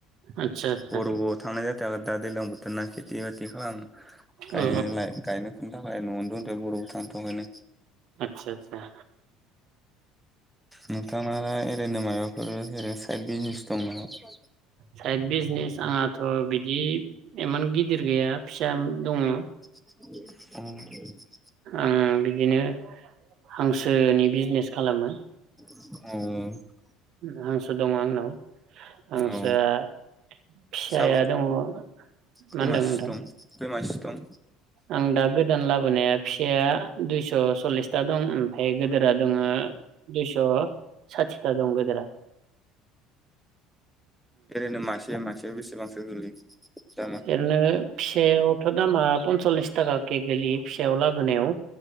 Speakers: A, on the right; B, in the centre.
A: आदसा आदसा
B: बर'बाव थांनाय था दा दैलां बोथोरा खेथि बाथि खालाम गायनो
A: अ
B: गायनो बेनि थाखाय न'आव द बर'बाव थानो थांथ'आखैनो।
A: आतसा आतसा।
B: नोंथांनालाय ओरैनो मायबाफोर ओनो साइद बिजनेस दं नामा?
A: साइद बिजनेस आंहाथ' बिदि इमान गिदिर गैया। फिसा दङ।
B: औ।
A: आं बिदिनो हांसोनि बिजनेस खालामो।
B: औ।
A: उम हांसो दङ आंनाव। हांसोआ
B: औ
A: फिसाया
B: साबै
A: दङ मा
B: खैमासि
A: होनदों नोंथां
B: दं खैमासि दं?
A: आं दा गो गोदान लाबोनाया फिसाया दुइस' सललिसथा दं ओमफफ्राय गेदेरा दङ दुइस' साथिथा दं गेदेरा।
B: औरैनो मासे मासेयाव बेसेबांसो गोलैयो? दामा
A: ओरैनो फिसायावथ' दामा पनस'लिस थाखा के गोलैयो फिसायाव लाबोनायाव।